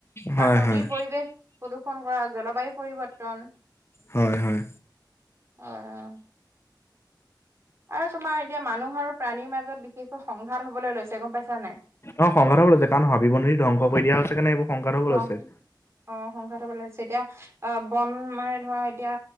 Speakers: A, on the left; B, on the right.
A: হয়
B: বা নদীৰ
A: হয়
B: পৰিৱেশ প্ৰদূষন কৰা, জলবায়ু পৰিৱৰ্তন।
A: হয়, হয়।
B: হয়, অ'। আৰু তোমাৰ এতিয়া, মানুহ আৰু প্ৰাণীৰ মাজত বিশেষকৈ সংঘাত হ'বলৈ লৈছে গম পাইছা নাই।
A: অ', সংঘাত হ'ব লৈছে, কাৰণ হাবি-বননি ধ্বংস কৰি দিয়া হৈছে কাৰনে, এইবোৰ সংঘাত হ'ব
B: ধ্বংস
A: লৈছে।
B: অ', সংঘাত হ'ব লৈছে। এতিয়া অ', বন মানে ধৰা এতিয়া,